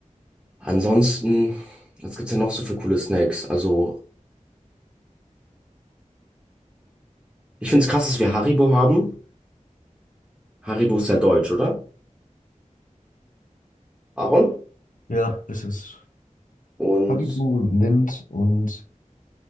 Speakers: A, in the centre; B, on the left.
A: Ansonsten, was gibt's denn noch so für coole Snacks? Also. Ich finde es krass, dass wir Haribo haben. Haribo ist ja deutsch, oder? Aaron?
B: ja, es ist
A: Und
B: Haribo und Lindt und